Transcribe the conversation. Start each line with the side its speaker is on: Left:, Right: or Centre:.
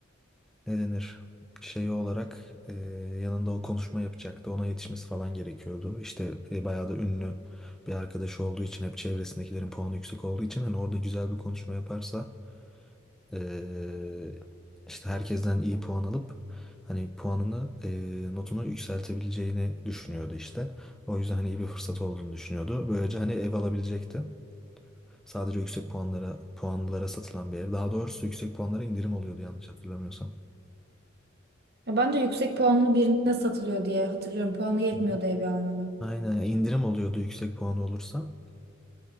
Centre: ne denir şeyi olarak eee, yanında o konuşma yapacaktı. Ona yetişmesi falan gerekiyordu. İşte e, bayağı da ünlü bir arkadaşı olduğu için hep çevresindekilerin puanı yüksek olduğu için hani orada güzel bir konuşma yaparsa eee, işte herkesten iyi puan alıp hani puanını eee, notunu yükseltebileceğini düşünüyordu işte. O yüzden hani iyi bir fırsat olduğunu düşünüyordu. Böylece hani ev alabilecekti. Sadece yüksek puanlara, puanlara satılan bir ev. Daha doğrusu yüksek puanlara indirim oluyordu yanlış hatırlamıyorsam.
Right: Ya ben de yüksek puanlı birine satılıyor diye hatırlıyorum. Puanı yetmiyordu
Centre: Hı hı.
Right: evi almaya.
Centre: Aynen ya indirim oluyordu yüksek puanı olursa.